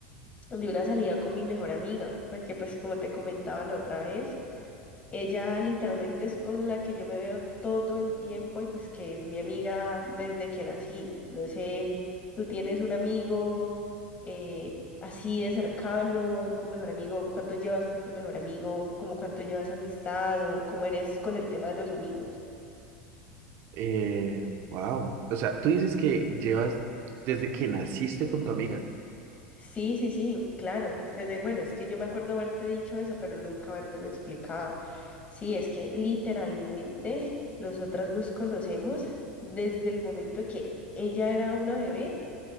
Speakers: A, on the left; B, on the right.
A: de una salida con mi mejor amiga, pues que pues como te comentaba la otra vez, Ella literalmente es con la que yo me veo todo el tiempo y pues que es mi amiga desde que nací. No sé, tú tienes un amigo eh, así de cercano, tu mejor amigo, ¿cuánto llevas con tu mejor amigo? ¿Cómo cuánto llevas amistad o cómo eres con el tema de los amigos?
B: Eh, wow. O sea, tú dices que llevas desde que naciste con tu amiga. <laughs>
A: Sí, sí, sí, claro. Desde, bueno, es que yo me acuerdo haberte dicho eso, pero nunca habértelo explicado. Sí, es que literalmente nosotras nos conocemos desde el momento que ella era una bebé